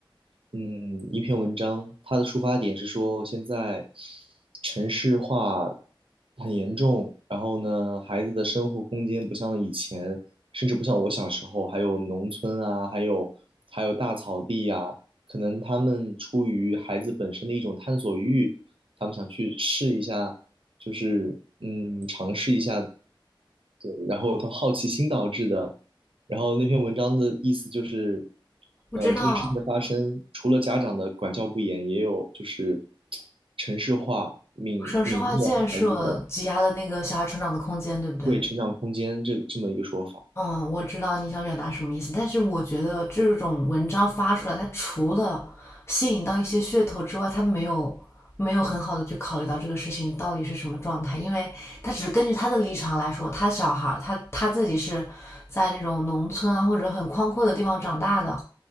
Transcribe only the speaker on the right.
嗯，一篇文章，它的出发点是说现在城市化很严重，然后呢，孩子的生活空间不像以前，甚至不像我小时候，还有农村啊，还有还有大草地呀、可能他们出于孩子本身的一种探索欲，他们想去试一下，就是嗯，尝试一下，对，然后他好奇心导致的。然后那篇文章的意思就是，呃，
这个事情的发生，除了家长的管教不严，也有就是城市化泯泯灭孩子的
对成长空间这这么一个说法。